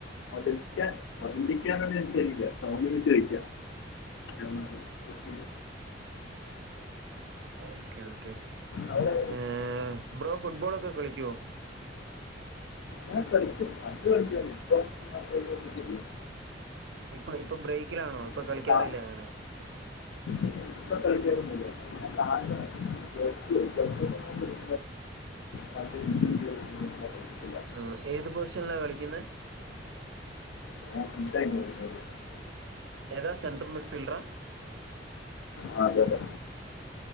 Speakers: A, on the left; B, on the right.
A: ഒതെന്റിക്ക് മന്തി എനിക്കങ്ങനെട്ത്തെയ്ത തോന്നിപ്പ ചോയിച്ച ആ കൊച്ചിയിൽ
B: <inaudible> ഓക്കെ ഓക്കെ
A: അവിടെ
B: ങ് ബ്രോ ഫുട്ബോളൊക്കെ കളിക്കുവോ?
A: ഞാൻ കളിക്കും പണ്ട് കളിക്കുവാരുന്നു ഇപ്പോൾ <unintelligible> കിട്ടിയിട്ടില്ല.
B: ഇപ്പൊ ഇപ്പൊ ബ്രേക്കിലാണോ? ഇപ്പൊ
A: പിന്നെ
B: കളിക്കാറില്ലേ
A: കാ-
B: അങ്ങനെ?
A: ഇപ്പൊ കളിക്കാറൊന്നൂല്ല. <unintelligible> പ്ലസ് ടു പ്ലസ് വണ്ണും കംപ്ലീറ്റ <unintelligible>
B: ആഹ് ഏത് പൊസിഷനിലാ കളിക്കുന്നെ?
A: <unintelligible>
B: ഏതാ സെൻട്രൽ മിറ്റ് ഫീൽഡറാ?
A: ആഹ് അതെ അതെ.